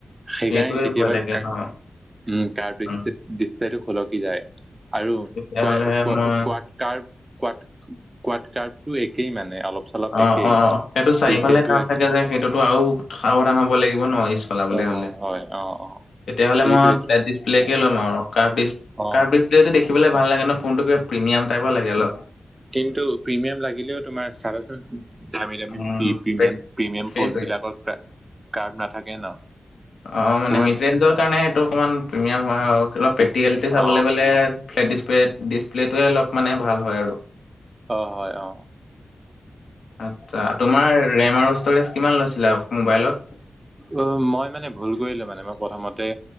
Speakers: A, on the right; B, on the left.
A: সেইকাৰণে
B: সেইটোৱে
A: কেতিয়াবা,
B: ভয় লাগে ন'
A: উম' কাৰ
B: উম,
A: ডিচপ্লেটো সলকি যায়। আৰু
B: তেতিয়াহ'লে
A: <unintelligible> কোৱাত।
B: মই
A: ৰ্কাভ কোৱাত, কোৱাত ৰ্কাভটো একেই মানে অলপ। চলপ
B: অ
A: একেই
B: অ অ সেইটো চাৰিওফালে
A: চিষ্টেমটো
B: ৰ্কাভ
A: একে
B: থাকে যে সেইটোতো আৰু সাৱধান হব লাগিব ন। চলাবলৈ
A: অ
B: হ'লে,
A: হয় অ অ
B: তেতিয়াহ'লে
A: সেইটোৱে
B: মই ফ্লেট ডিছপ্লেকে ল'ম আৰু।
A: অ
B: কাৰ্ফ দেখিবলৈ ভাল লাগে ন, ফোনটো কিবা প্ৰিমিয়াম টাইপৰ লাগে অলপ।
A: কিন্তু প্ৰিমিয়াম লাগিলেও তোমাৰ চাবাচোন দামী দামী
B: উম
A: প্ৰি প্ৰিমিয়াম
B: পেক-
A: প্ৰিমিয়াম
B: সেইটোৱে
A: পল বিলাকৰ কাফ কাৰ্ফ নাথাকে ন
B: অ মানে
A: তোমাৰ
B: মিডৰেঞ্জৰ কাৰণে সেটো অকমান প্ৰিমিয়াম হয় আৰু অলপ প্ৰেক্টিকেল টি
A: অ
B: চাবলৈ গ'লে ফ্লেট ডিচপেট ডিপ্লেটোৱে অলপ মানে ভাল হয় আৰু
A: অ, হয় অ।
B: আচ্ছা, তোমাৰ ৰেম আৰু ষ্ট'ৰেজ কিমান লৈছিলা মোবাইলত
A: অ, মই মানে ভুল কৰিলো মানে মই প্ৰথমতে